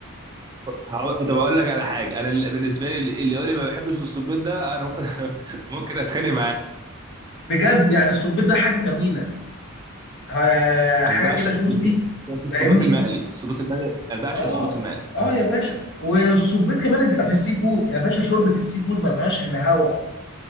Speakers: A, on the right (about 20°); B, on the left (about 60°).
A: هقول- طب اقول لك على حاجه انا اللي- بالنسبه لي اللي يقول لي ما بحبش الصبيط ده انا ممكن <laughs> ممكن اتخانق معاه
B: بجد يعني السبيط ده حاجه جميله آه، حاجه
A: انا بعشق
B: كده جوسي
A: الصبيط بس الصبيط
B: فاهمني
A: المقلي الصبيط المقلي انا بعشق
B: اه
A: الصبيط المقلي
B: اه يا باشا والسبيط كمان بيبقى في السي فود يا باشا شوربه السي فود ما فيهاش الا هوا